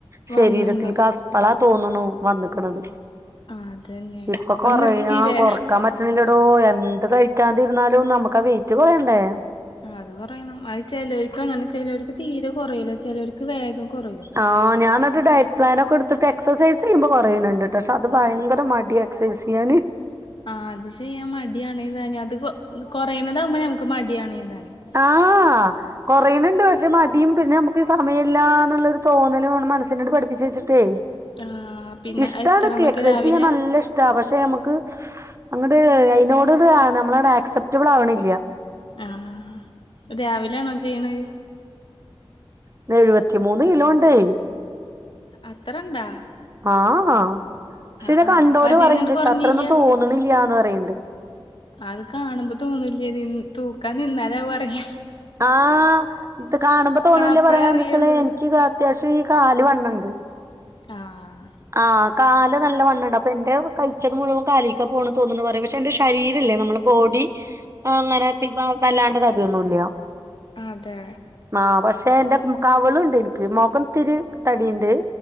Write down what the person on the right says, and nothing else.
ശരീരത്തില്ക്ക്
അപ്പളാ തോന്ന്ണു വന്ന്ക്ക്‌ണത്
ഇപ്പൊ കൊറയാ
കൊറക്കാൻ പ റ്റ്ണ്ല്ലടോ എന്ത് കഴിക്കാതിരുന്നാലും നമുക്കാ വെയിറ്റ് കൊറയണ്ടേ
ആഹ് ഞാൻ ഇന്നെട്ട് ഡയറ്റ് പ്ലാനൊക്കെട്ത്ത്ട്ട് എക്സൈസ് ചെയ്യുമ്പോ കൊറീണ് ഇണ്ട്ട്ടോ പക്ഷെ അത് ഭയങ്കര മട്യാ എക്സൈസെയ്യാന്
ആഹ് കൊറീണ് ഇണ്ട് പക്ഷെ മടീം പിന്നെ നമുക്ക് സമയമല്ലാന്ന്ള്ളരു തോന്നലുമ്മടെ മനസ്സിനാണ്ട് പഠിപ്പിച്ച് വെച്ച്ട്ടേ
ഇഷ്ടാണ്ക്ക്
എക്സസൈസെയ്യാൻ
നല്ല ഇഷ് ട്ടാ പക്ഷെ നമക്ക് അങ്ങട്ട് അയിനോട് നമ്മളാണ്ട് ആക്സെപ്റ്റബിൾ ആവ്ണില്ല
ഇത് എഴ്പത്തിമൂന്ന് കിലോണ്ടേ
ആഹ് ഹാ പക്ഷെ
ഇന്നെ
കണ്ടോര്
പറിയ്ണ്ട്ട്ടോ
അത്രന്നും തോ ന്ന്ണില്യാന്ന് പറയ്ണ്ട്
ആഹ് ത് കാണുമ്പ തോന്നൂല
പറയാ കരണന്തച്ചാല്
എനിക്ക് കാ അത്യാവശ്യം ഈ കാല് വണ്ണണ്ട്
ആ കാല് നല്ല വണ്ണണ്ട് അപ്പൊ ന്റെ കയിച്ചത് മുഴുവം കാലില്ക്കാ പോണൊന്ന് തോന്ന്ണു പറിം പക്ഷെ എന്റെ ശരീരംല്ലേ നമ്മള് ബോഡി അങ്ങനെ <unintelligible> വല്ലാണ്ടത് അടിന്നുല്ല <unintelligible>
മാ പക്ഷെ ന്റെ കവ്ള്ണ്ട് നിക്ക് മൊഖത്തിരി തടിയിണ്ട്